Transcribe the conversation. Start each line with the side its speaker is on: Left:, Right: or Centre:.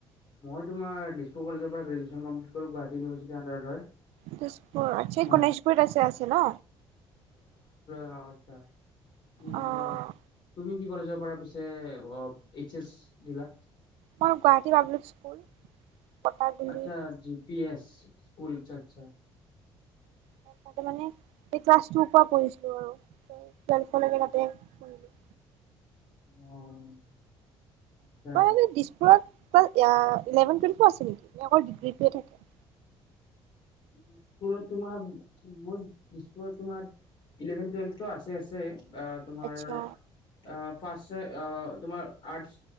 Left: মই তোমাৰ দিছপুৰ কলেজৰ পৰা গ্ৰেজোৱেচন কমপ্লিট কৰো গুৱাহাটী ইউনিভাৰ্চিটিৰ আনদাৰত হয়।
Right: দিছপুৰ আচ্ছা
Left: হয়
Right: গণেশ গুৰিত আছে আছে ন।
Left: অ' আচ্ছা। কি বুলি
Right: অ',
Left: কয় তুমি কি? কলেজৰপৰা পিছে এইচ এছ দিলা।
Right: মই গুৱাহাটী পাব্লিক স্কুল। পটাগুৰি
Left: আচ্ছা জি পি এছ স্কুল আচ্ছা আচ্ছা
Right: ত তাতে মানে এই ক্লাছ টুৰ পৰা পঢ়িছিলো আৰু ত টোৱেলফৰ লৈকে তাতে পঢ়িলো।
Left: অ। আচ্ছা
Right: মই হেনো দিছপুৰত। অকল ইয়া ইলেভেন টুৱেলভো আছে নেকি অকল ডিগ্ৰীটোৱে থাকে।
Left: দিছপুৰত তোমাৰ <unintelligible> দিছপুৰত তোমাৰ ইলেভেন টুৱেলভটো আছে আছে। অ' তোমাৰ
Right: আচ্ছা
Left: অ' ফাৰ্ষ্ট <unintelligible> তোমাৰ আৰ্টচ